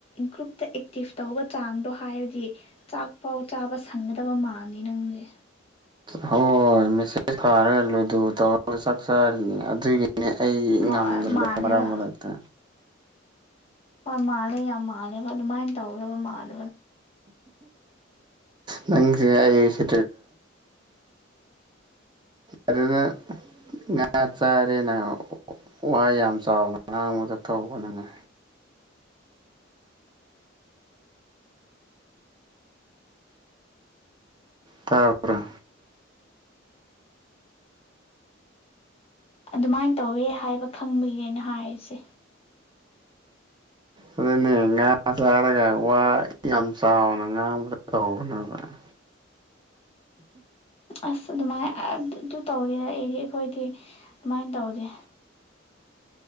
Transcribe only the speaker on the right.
ꯍꯣꯏꯣꯏ ꯃꯤꯁ ꯐꯥꯔꯦꯜꯂꯨꯗ ꯇꯧ ꯆꯥꯔꯤꯅꯦ ꯑꯗꯨꯒꯤꯅꯦ ꯑꯩ
ꯉꯝꯗ꯭ꯔꯦꯗ
ꯃꯔꯛ ꯃꯔꯛꯇ
ꯅꯪ ꯍꯥꯏꯏ ꯁꯤ ꯑꯗꯨꯅ ꯉꯥ ꯆꯥꯔꯦꯅ ꯋꯥ ꯌꯥꯝ ꯆꯥꯎꯅ ꯉꯥꯡꯕꯗ ꯊꯧꯕꯅꯤꯅꯦ <inaudible> ꯇꯥꯄꯔ
ꯑꯗꯨꯅꯦ ꯉꯥ ꯆꯥꯔꯒ ꯋꯥ ꯌꯥꯝ ꯆꯥꯎꯅ ꯉꯥꯡꯕꯗ ꯇꯧꯕꯅꯦꯕ <inaudible>